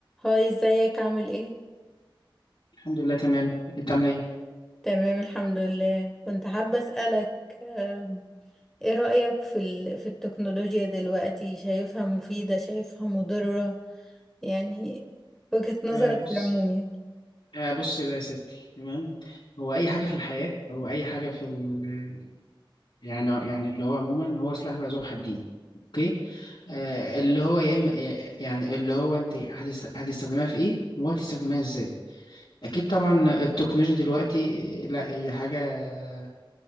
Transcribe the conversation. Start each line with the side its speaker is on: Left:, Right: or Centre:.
Centre: هاي ازيك عامل ايه؟
Left: الحمد لله تمام انت عامله ايه
Centre: تمام الحمد لله كنت حابة اسألك آم، ايه رأيك في ال... في التكنولوجيا دلوقتي شايفها مفيدة شايفها مضرة يعني وجهة نظرك
Left: آه بص
Centre: في العموم يعني
Left: آه بص بقى يا ستي تمام هو اي حاجه في الحياه او اي حاجه في ال... يعني يعني اللي هو عموما هو سلاح بقى ذو حدين اوكي آه اللي هو يا اما يعني اللي هو انت هتست... هتستخدمها في ايه وهتستخدمها ازاي اكيد طبعا التكنولوجيا دلوقتي لا هي حاجه